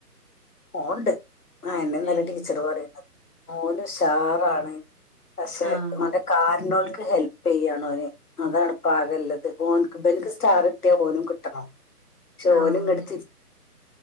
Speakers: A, on the left; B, on the left.
A: പോന്നുണ്ട് ആഹ് എന്നെ ഇന്നലെ
B: ഏഹ്
A: ടീച്ചർ പറയുന്നത് മോന് ഉഷാറാണ് പക്ഷെ
B: ആഹ്
A: അവന്റെ കാലിന ഒരു ഹെൽപ് ചെയ്യാണ്ഓനെ അതാണ് പാകള്ളത് ഓനക് <unintelligible> സ്റ്റാർ കിട്ടിയത് പോലും കിട്ടണം. പക്ഷെ
B: ആഹ്
A: ഓനും ഇങ്ങോട്ട്